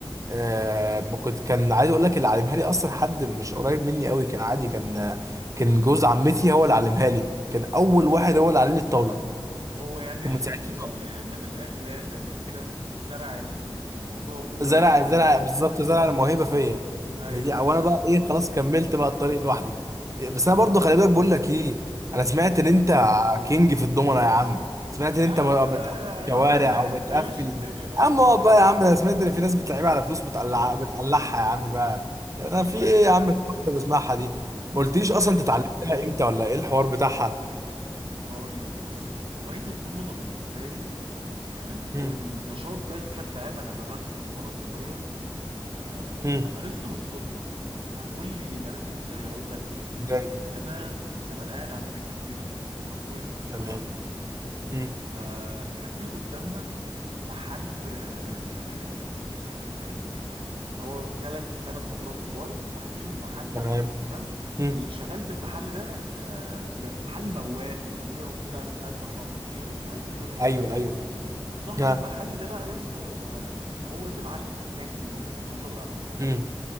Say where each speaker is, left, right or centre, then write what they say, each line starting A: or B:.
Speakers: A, on the right (about 35°); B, on the right (about 80°).
A: آه
B: أمم.
A: ما كنت كان عايز اقول لك اللي علمها لي اصلا حد مش قريب مني قوي كان عادي كان كان جوز عمتي هو اللي علمها لي كان اول واحد هو اللي علم لي الطاوله
B: هو يعني
A: ومن
B: ال
A: ساعتها
B: ال ال من الاخر يعني زي ما بتقول كده زرع ال- ال- الموضوع جواك
A: زرع
B: وعلمك
A: زرع بالظبط زرع الموهبه فيا
B: ايوه
A: فدي او
B: ايوه
A: انا بقى ايه خلاص كملت بقى الطريق لوحدي إيه، بس انا برضو خلي بالك بقول لك ايه انا سمعت
B: ايه
A: ان انت كينج في الضمنه يا عم سمعت ان
B: يا
A: انت
B: عم
A: ما بتقفل شوارع
B: يعني اه
A: او بتقفل
B: بمشي الدنيا بمشي
A: اما هو
B: الدنيا
A: بقى يا عم انا سمعت ان في ناس بتلعبها على فلوس بتقلع بتقلعها يا عم بقى انا
B: والله
A: في ايه
B: يعني
A: يا عم الحاجات اللي بسمعها دي ما قلتليش
B: والله
A: اصلا
B: يعني
A: انت اتعلمتها امتى ولا ايه الحوار بتاعها
B: هقول لك بص هواية الضمنة بالنسبة لي يعني
A: هم
B: أو النشاط ده بشكل عام أنا بمارسه من وأنا صغير آه
A: هم
B: مارسته بالصدفة هتقول لي مارسته إزاي هقول لك بص
A: ازاي
B: أنا كنت زمان قاعد عند بيت جدتي كنا في فيصل
A: تمام
B: تمام
A: هم
B: فكان في قدامنا محل آه، آه، يعني اللي هو تلات تلات ابراج كبار تحتيهم محل
A: تمام
B: تمام
A: هم
B: اللي شغال في المحل ده آه، لا، محل موان بيبيعوا فيه بقى فاهم مسامير مش عارف ايه والحاجات
A: ايوه
B: دي يعني
A: ايوه
B: صاحب
A: ها
B: المحل ده بقى يا اسطى يبقى هو اللي معاه الاملاك دي يعني هو ما شاء الله اغنياء يعني.
A: هم